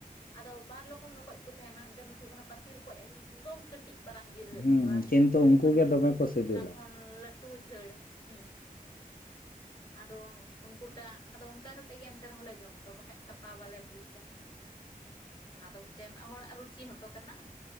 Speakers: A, on the left (about 35°); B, on the left (about 70°).
A: ᱟᱫᱚ ᱵᱟᱨ ᱨᱚᱠᱚᱢ ᱨᱠᱚᱡ ᱠᱚ ᱛᱟᱦᱮᱱᱟ ᱢᱤᱫᱴᱮᱱ ᱫᱚᱠᱚ ᱦᱩᱭᱩᱜ ᱠᱟᱱᱟ ᱯᱟᱛᱤ ᱨᱚᱠᱚᱡ ᱮᱠᱫᱚᱢ ᱠᱟᱹᱴᱤᱡ ᱪᱟᱞᱟᱝ ᱡᱤᱞ
B: ᱦᱩᱸ
A: ᱦᱩᱭᱩᱜ ᱛᱟᱠᱚᱣᱟ ᱟᱨ ᱢᱤᱫᱴᱮᱱ
B: ᱠᱤᱱᱛᱩ
A: ᱫᱚ ᱦᱩᱭᱩᱜ
B: ᱩᱱᱠᱩ
A: ᱠᱟᱱᱟ
B: ᱜᱮ
A: ᱠᱤᱪᱷᱩ
B: ᱫᱚᱢᱮ ᱠᱚ ᱥᱤᱵᱤᱞᱟ
A: ᱚᱱᱟ ᱠᱷᱚᱱ ᱞᱟᱴ ᱴᱩ ᱡᱷᱟᱹᱲ ᱦᱩᱸ ᱟᱫᱚ ᱩᱱᱠᱩᱴᱟᱜ ᱟᱫᱚ ᱚᱱᱠᱟ ᱠᱟᱛᱮ ᱠᱟᱛᱮ ᱮᱱᱛᱮ ᱨᱮᱦᱚᱸᱞᱮ ᱡᱚᱢ ᱠᱚᱣᱟ ᱵᱟᱠᱷᱟᱡ ᱥᱟᱯᱟ ᱵᱟᱞᱮ ᱵᱩᱡᱟ ᱾ ᱚᱱᱟ ᱫᱚ ᱢᱤᱫᱴᱮᱱ ᱦᱚᱲᱟᱜ ᱨᱩᱪᱤ ᱦᱚᱸᱛᱚ ᱠᱟᱱᱟ ᱾